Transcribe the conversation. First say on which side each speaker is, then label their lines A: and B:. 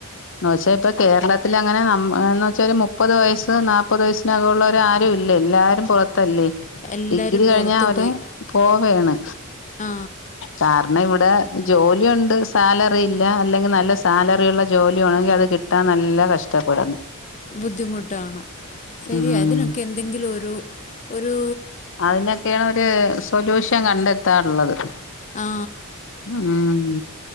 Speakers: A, on the left (about 60°); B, on the left (about 35°).
A: എന്നുവെച്ചാ ഇപ്പ കേരളത്തിലങ്ങനെ നം എന്ന് വച്ചാ ഒരു മുപ്പത് വയസ്സ് ഇപ്പൊ നാല്പ്പത് വയസിനകവുള്ളവര് ആരും ഇല്ല എല്ലാരും പുറത്തല്ലേ
B: എല്ലാവരും
A: ഡിഗ്രി കഴിഞ്ഞാ
B: പുറത്തു
A: അവര്
B: പോയി
A: പോവയാണ്.
B: ആ
A: കാരണവിടെ ജോലിയുണ്ട് സാലറില്ല അല്ലെങ്കിൽ നല്ല സാലറിള്ള ജോലിണെങ്കിൽ അത് കിട്ട ത്താ നല്ല കഷ്ടപ്പെടുന്നു
B: ബുദ്ധിമുട്ടാണ്, ശരിയാ
A: ഉം
B: ഇതിനൊക്കെ എന്തെങ്കിലും ഒരു ഒരൂ
A: അതിനൊക്കെണ് ഒര് സൊല്യൂഷൻ കണ്ടെത്താള്ളത്
B: ആ
A: ഉം